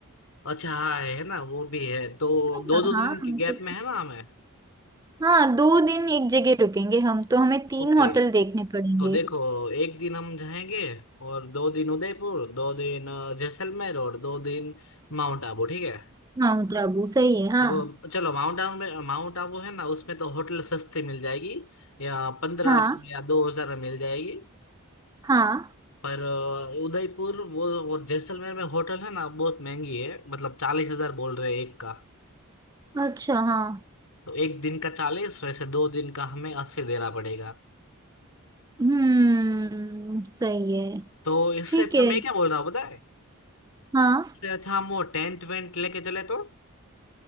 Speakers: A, on the left; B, on the right.
A: अच्छा हाँ है ना वो भी है तो
B: है
A: दो
B: ना?
A: दो
B: हाँ
A: दिन की
B: हम
A: गैप
B: तो
A: में है ना हमें
B: हाँ दो दिन एक जगह रुकेंगे हम तो हमें तीन
A: ओके
B: होटल देखने पड़ेंगे
A: तो देखो एक दिन हम जाएंगे और दो दिन उदयपुर दो दिन अ, जैसलमेर और दो दिन माउंट आबू ठीक है
B: माउंट आबू सही है हाँ
A: तो चलो माउंट आबू में माउंट आबू है ना उसमें तो होटल सस्ती मिल जाएगी या पंद्रह
B: हाँ
A: सौ या दो हजार में मिल जाएगी
B: हाँ
A: पर अ, उदयपुर वो और जैसलमेर में होटल है ना बहुत महंगी है मतलब चालीस हजार बोल रहे हैं एक का
B: अच्छा हाँ
A: तो एक दिन का चालीस वैसे दो दिन का हमें अस्सी देना पड़ेगा
B: हम्म सही है
A: तो इससे
B: ठीक
A: अच्छा
B: है
A: मैं क्या बोल रहा हूँ पता है
B: हाँ
A: इससे अच्छा हम वो टेंट वेंट लेके चले तो